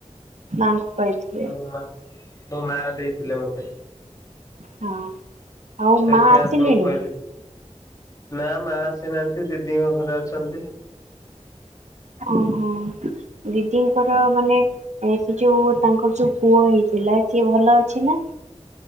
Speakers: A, on the right; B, on the left.
A: ମାଙ୍କୁ ପାଇଥି
B: ମୋ ମା ମୋ ମା ଦେଇଥିଲେ ମତେ।
A: ହଁ। ଆଉ
B: ସେଇଥିପାଇଁ
A: ମା ଆସିଲେଣି?
B: ଆପଣଙ୍କୁ କହିଲି ନା ମା ଆସିନାହାନ୍ତି ଦିଦିଙ୍କ ଘରେ ଅଛନ୍ତି।
A: ଓହୋ। ଦିଦିଙ୍କର ମାନେ ଯୋଉ ତାଙ୍କର ଯୋଉ ପୁଅ ହେଇଥିଲା ସିଏ ଭଲ ଅଛି ନା?